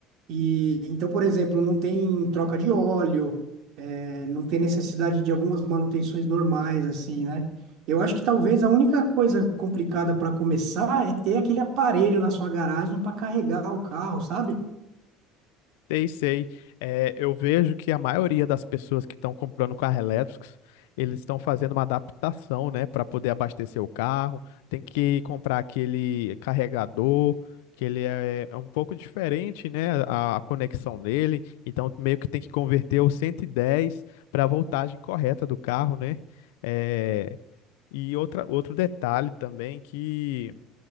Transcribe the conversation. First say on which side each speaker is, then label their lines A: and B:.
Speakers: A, on the right; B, on the left.
A: E então, por exemplo, não tem troca de óleo, eh, não tem necessidade de algumas manutenções normais, assim, né? Eu acho que talvez a única coisa complicada para começar é ter aquele aparelho na sua garagem para carregar o carro, sabe?
B: Sei, sei. É, eu vejo que a maioria das pessoas que estão comprando carro elétricos, eles estão fazendo uma adaptação, né, para poder abastecer o carro. Tem que comprar aquele carregador, que ele é, é um pouco diferente, né, a, a conexão dele. Então, meio que tem que converter o 110 para a voltagem correta do carro, né? É, e outra, outro detalhe também que